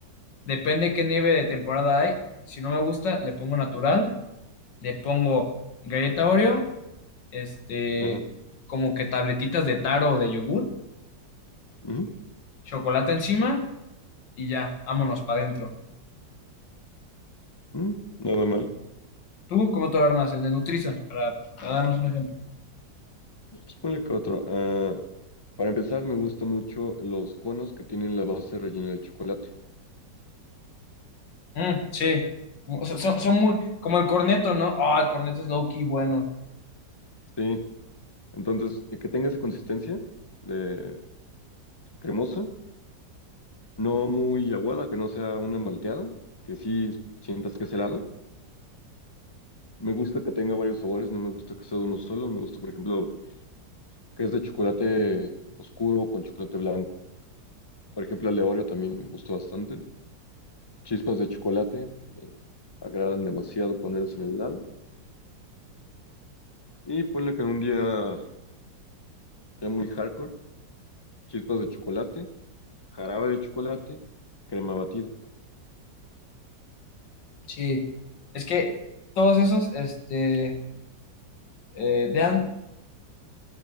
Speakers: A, on the left; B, on the left.
A: Depende qué nieve de temporada hay. Si no me gusta, le pongo natural, le pongo galleta Oreo, este,
B: Ajá.
A: como que tabletitas de taro o de yogur,
B: Ujú,
A: chocolate encima y ya, vámonos para adentro.
B: ujú. Nada mal.
A: ¿Tú cómo te lo armas en el Nutrisan? Para, para darnos un ejemplo.
B: Pues ponle que otro. Ah, para empezar, me gustan mucho los conos que tienen la base rellena de chocolate.
A: Mm, sí. O sea, son, son muy, como el corneto, ¿no? Ah, el corneto es low key bueno.
B: Sí. Entonces, eh, que tenga esa consistencia de cremosa no muy aguada, que no sea una malteada, que sí sientas que es helado. Me gusta que tenga varios sabores, no me gusta que sea de uno solo. Me gusta, por ejemplo, que es de chocolate oscuro con chocolate blanco. Por ejemplo, el de Oreo también me gustó bastante. Chispas de chocolate, me agradan demasiado ponerlos en el helado. Y ponle que en un día ya muy hardcore, chispas de chocolate, jarabe de chocolate, crema batida.
A: Sí. Es que todos esos, este, eh, dan